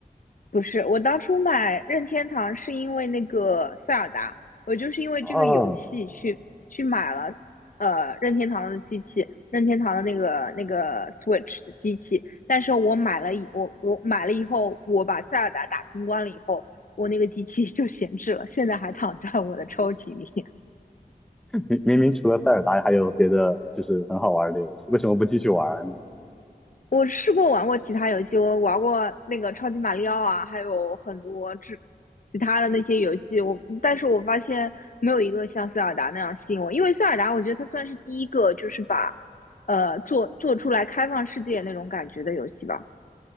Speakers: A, on the left (about 55°); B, in the centre.
A: 不是，我当初买任天堂是因为那个塞尔达，我就是因为这个游戏去去买了呃任天堂的机器，
B: 哦，
A: 任天堂的那个那个 Switch 的机器。但是我买了以我我买了以后，我把塞尔达打通关了以后，我那个机器 <laughs> 就闲置了，现在还躺在我的抽屉里。
B: 明明明除了塞尔达，还有别的就是很好玩的游戏，为什么不继续玩呢？
A: 我试过玩过其他游戏，我玩过那个超级马里奥啊，还有很多之其他的那些游戏。我，但是我发现没有一个像塞尔达那样吸引我，因为塞尔达我觉得它算是第一个就是把呃做做出来开放世界那种感觉的游戏吧。